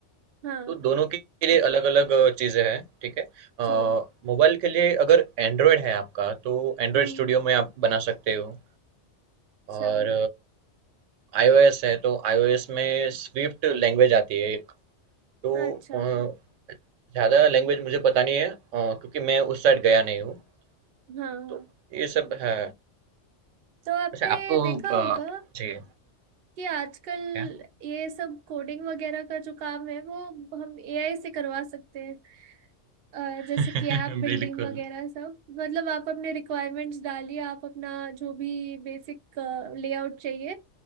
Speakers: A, on the right (about 60°); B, on the right (about 90°).
A: हाँ
B: तो दोनों के लिए अलग-अलग चीज़ें हैं, ठीक है? अ,
A: जी
B: मोबाइल के लिए अगर एंड्रॉयड है आपका तो एंड्रॉयड
A: हम्म
B: स्टूडियो में आप बना सकते हो
A: अच्छा
B: और आईओएस है तो आईओएस में स्विफ्ट लैंग्वेज आती है एक। तो
A: अच्छा
B: अ,
A: हाँ
B: ज़्यादा लैंग्वेज मुझे पता नहीं है अ, क्योंकि मैं उस साइड गया नहीं हूँ।
A: हाँ
B: तो ये सब है।
A: तो आपने
B: वैसे आपको
A: देखा
B: अ,
A: होगा
B: जी,
A: कि आजकल
B: क्या?
A: ये सब कोडिंग वगैरह का जो काम है वो हम एआई से करवा सकते हैं अ, जैसे
B: <laughs>
A: कि ऐप बिल्डिंग
B: बिल्कुल।
A: वगैरह सब मतलब आप अपने रिक्वायरमेंट्स डालिए आप अपना जो भी बेसिक लेआउट चाहिए